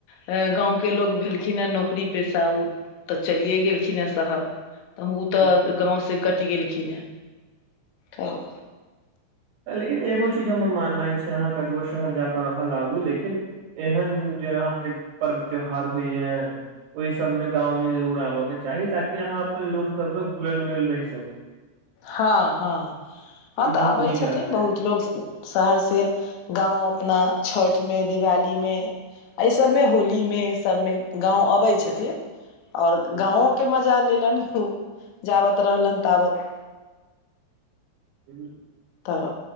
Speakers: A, on the left; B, on the right.
A: गाँंव के लोग भेलखिन हे नौकरी पसा उ तऽ चलिये गेलखिन हे। शहर तऽ उ तऽ
B: हम्म।
A: गाँ से कटि गेलखिन हेँ तऽ।
B: लेकिन एगो चीज हम माननाइ छी अहाँ कतबो शहर जा कऽ रहल आगू लेकिन एहन जे अहाँके पर्व त्यौहार होइए। ओहि सबमें गाँवमें जरूर आबय के चाही ताकि यहाँ अपन लोको सबसँ घुलल मिलल रहि सकी।
A: हँ-हँ-हँ
B: ई
A: तऽ
B: बहुत
A: अबै
B: नीक
A: छथिन
B: रहतै
A: बहुत लोग स शहरसँ गाँव अपना छठिमे दिवालीमे। एहि सभमे होलीमे सभमे गाँव अबैत छथिन। ओर
B: हुँ,
A: गाँो के मजा लेलनि ह ओ जाबत रहलनि ताबत
B: ह <unintelligible>
A: तऽ